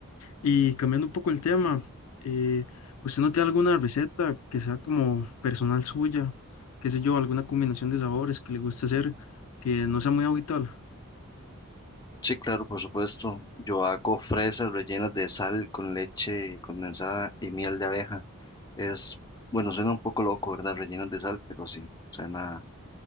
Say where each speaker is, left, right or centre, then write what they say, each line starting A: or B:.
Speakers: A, on the left (about 75°); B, on the left (about 20°).
A: Y cambiando un poco el tema, eh, ¿usted no tiene alguna receta que sea como personal suya? ¿Qué sé yo? ¿Alguna combinación de sabores que le guste hacer que no sea muy habitual?
B: Sí, claro, por supuesto. Yo hago fresas rellenas de sal con leche condensada y miel de abeja. Es, bueno, suena un poco loco, ¿verdad? Rellenas de sal, pero sí, suena